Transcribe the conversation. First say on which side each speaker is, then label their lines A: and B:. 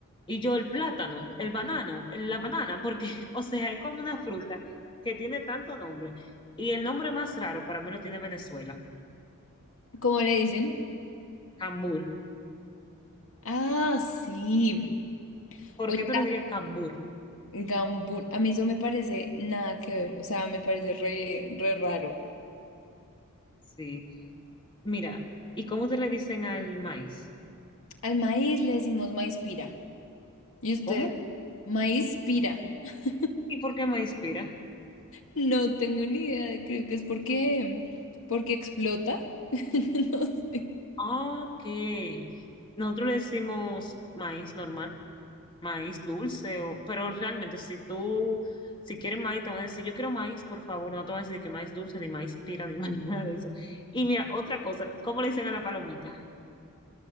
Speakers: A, on the left; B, on the left.
A: Y yo el plátano, el banano, el- la banana, porque, <laughs> o sea, es como una fruta que tiene tanto nombre y el nombre más raro para mí lo tiene Venezuela,
B: ¿Cómo le dicen?
A: cambur.
B: Ah, sí.
A: ¿Por
B: Oye,
A: qué tú le dirías cambur?
B: la gambul. A mí eso me parece nada que ver. O sea, me parece re, re raro.
A: Sí, mira, ¿y cómo te le dicen al maíz?
B: Al maíz le decimos maíz pira. Y usted,
A: ¿Cómo?
B: maíz pira. <laughs>
A: ¿Y por qué maíz pira?
B: No tengo ni idea, creo que es porque, porque explota. <laughs> No sé.
A: Ah, Ok. Nosotros le decimos maíz normal, maíz dulce, o, pero realmente si tú, si quieres maíz, te van a decir, yo quiero maíz, por favor, no te van a decir que maíz dulce, ni maíz pira, <laughs> ni maíz nada de eso. Y mira, otra cosa, ¿cómo le dicen a la palomita?